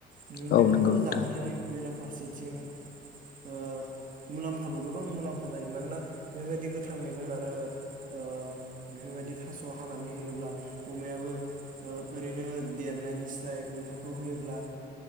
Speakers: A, on the right (about 50°); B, on the left (about 65°).
A: ओम
B: औ
A: बेफोरखौ
B: नंगौ नोंथां
A: जाहोनायनि बेरा फारसेथिं ओ मुलाम्फाबो गोबां मुलाम्फा जायो मानोना बेफोरबायदि गोथां मैगं आरो ओ बेफोरबायदि थास हानानै होयोब्ला अमायाबो ओ ओरैनो देरनायनिस्राय बेफोरखौ होयोब्ला